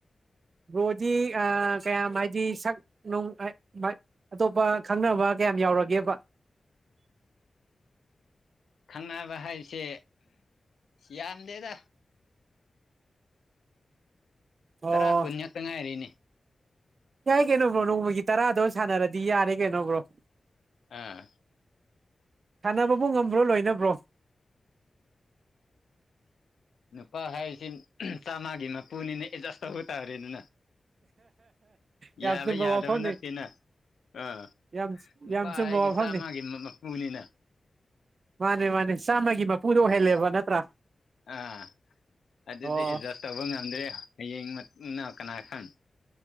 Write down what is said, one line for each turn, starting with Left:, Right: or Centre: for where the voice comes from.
Right: ꯕ꯭ꯔꯣꯗꯤ ꯑ ꯀꯌꯥꯝ ꯍꯥꯏꯗꯤ ꯁꯛ <unintelligible> ꯑꯇꯣꯞꯄ ꯈꯪꯅꯕ ꯀꯌꯥꯝ ꯌꯥꯎꯔꯒꯦꯕ
Left: ꯈꯪꯅꯕ ꯍꯥꯏꯕꯁꯦ ꯌꯥꯝꯗꯦꯗ
Right: ꯑꯣ
Left: ꯇꯔꯥ ꯀꯨꯟ ꯉꯥꯛꯛꯇ ꯉꯥꯏꯔꯤꯅꯦ
Right: ꯌꯥꯏ ꯀꯩꯅꯣ ꯕ꯭ꯔꯣ ꯅꯣꯡꯃꯒꯤ ꯇꯔꯥꯗꯣ ꯁꯥꯟꯅꯔꯗꯤ ꯌꯥꯔꯦ ꯀꯩꯅꯣ ꯕ꯭ꯔꯣ
Left: ꯑꯥ
Right: ꯁꯥꯟꯅꯕꯕꯨ ꯉꯝꯕ꯭ꯔꯣ ꯂꯣꯏꯅ ꯕ꯭ꯔꯣ
Left: ꯅꯨꯄꯥ ꯍꯥꯏꯔꯤꯁꯤ ꯆꯥꯝꯃꯒꯤ ꯃꯄꯨꯅꯤꯅ ꯑꯦꯗꯖꯥꯁ ꯇꯧꯕ ꯇꯥꯔꯦꯗꯅ
Right: ꯌꯥꯝ
Left: ꯌꯥꯕ
Right: ꯆꯨꯝꯕ
Left: ꯌꯥꯗꯕ
Right: ꯋꯥꯐꯝꯅꯤ
Left: ꯅꯠꯇꯦꯅ ꯑꯥ
Right: ꯌꯥꯝ
Left: ꯅꯨꯄꯥ
Right: ꯌꯥꯝ ꯆꯨꯝꯕ
Left: ꯍꯥꯏꯒꯤ
Right: ꯋꯥꯐꯝꯅꯤ
Left: ꯆꯥꯝꯃꯒꯤ ꯃꯄꯨꯅꯤꯅ
Right: ꯃꯥꯅꯦ ꯃꯥꯅꯦ ꯆꯥꯝꯃꯒꯤ ꯃꯄꯨꯗꯣ ꯑꯣꯏꯍꯜꯂꯦꯕ
Left: ꯎꯝ
Right: ꯅꯠꯇ꯭ꯔꯥ
Left: ꯑꯥ ꯑꯗꯨꯗꯤ
Right: ꯑꯣ
Left: ꯑꯗꯖꯁ ꯇꯧꯕ ꯉꯝꯗ꯭ꯔꯦ ꯍꯌꯦꯡ <unintelligible> ꯀꯅꯥ ꯈꯪ